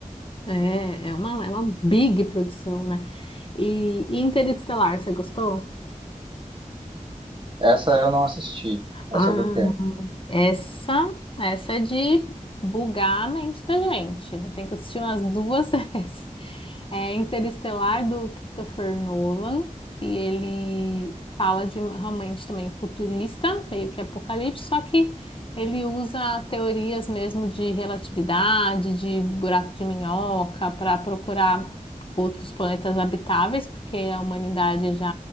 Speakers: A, on the left (about 40°); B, on the right (about 35°).
A: É, é uma, é uma big produção, né? E, e Interestelar, você gostou?
B: Essa eu não assisti.
A: Ah,
B: É sobre o quê?
A: Essa, essa é de bugar a mente da gente. Eu tenho que assistir umas duas <laughs> vezes. É Interestelar do Christopher Nolan e ele fala de realmente também futurista, meio que apocalipse, só que ele usa teorias mesmo de relatividade, de buraco de minhoca para procurar outros planetas habitáveis, porque a humanidade é já